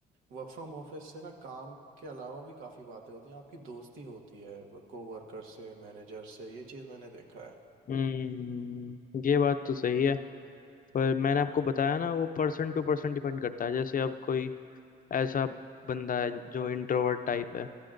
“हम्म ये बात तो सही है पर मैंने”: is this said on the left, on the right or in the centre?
Left